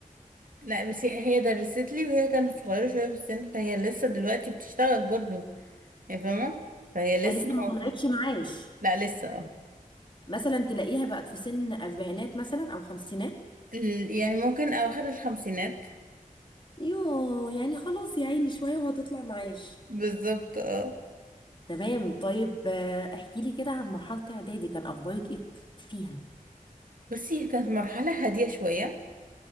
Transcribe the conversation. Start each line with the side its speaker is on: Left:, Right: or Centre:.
Right: لا بس هي هي درست لي وهي كانت صغيرة شوية في السن فهي لسه دلوقتي بتشتغل برضه يعني فاهمة فهي
Left: يعني
Right: لسه
Left: لسه ما
Right: ما
Left: طلعتش
Right: في
Left: معاش
Right: لا لسه اه
Left: مثلا تلاقيها بقت في سن اربعينات مثلا او خمسينات
Right: ال- يعني ممكن أواخر الخمسينات
Left: يوه يعني خلاص يا عيني شوية وهتطلع معاش
Right: بالظبط اه
Left: تمام طيب آه، احكي لي كده عن مرحلة اعدادي كان اخبارك ايه فيها
Right: بصي هي كانت مرحلة هادية شوية